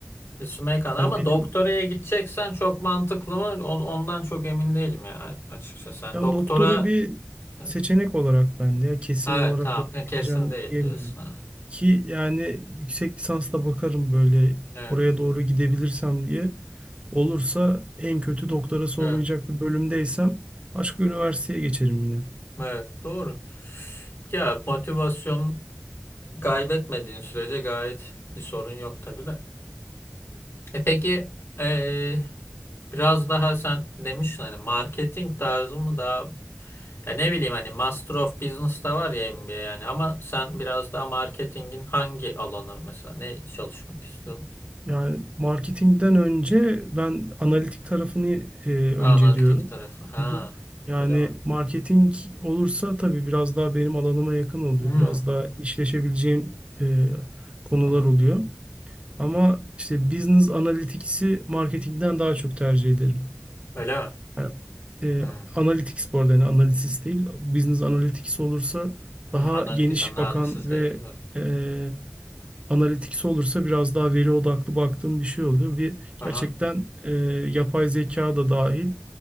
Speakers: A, on the left; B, on the right.
A: Ritsumei Kan ama
B: Hani benim
A: doktoraya gideceksen çok mantıklı mı? On- ondan çok emin değilim ya açıkçası. Yani
B: ben
A: doktora
B: doktora bir
A: evet,
B: seçenek olarak ben de ya kesin
A: evet
B: olarak
A: tamam
B: oraya
A: <laughs> kesin
B: gideceğim
A: değil
B: diyemiyorum.
A: diyorsun. Ha.
B: Ki yani yüksek lisansla bakarım böyle
A: Evet,
B: oraya doğru gidebilirsem diye. Olursa en kötü doktorası
A: evet,
B: olmayacak bir bölümdeysem başka üniversiteye geçerim yine.
A: evet doğru. Ya motivasyon kaybetmediğin sürece gayet bir sorun yok tabii de. E peki eee, biraz daha sen demiştin hani marketing tarzı mı daha ya ne bileyim hani Master of Business'ta var ya MBA yani ama sen biraz daha marketingin hangi alanı mesela ne çalışmak istiyorsun?
B: Yani marketingden önce ben analitik tarafını e, önceliyorum.
A: Ha, Analitik tarafı. Ha,
B: Hı hı. Yani
A: öyle mi?
B: marketing olursa tabii biraz daha benim alanıma yakın oluyor.
A: Hmm.
B: Biraz daha işleşebileceğim e, konular
A: Hı hı.
B: oluyor. Ama işte business analitikisi marketingden daha çok tercih ederim.
A: Öyle mi?
B: Yani, e,
A: Hmm.
B: analytics bu arada yani analiz değil. Business analytics olursa
A: Hmm.
B: daha
A: Analitik
B: geniş
A: analysis
B: bakan ve
A: değil evet.
B: e, Analitiksi olursa biraz daha veri odaklı baktığım bir şey oluyor. Bir
A: Aha.
B: gerçekten e, yapay zeka da dahil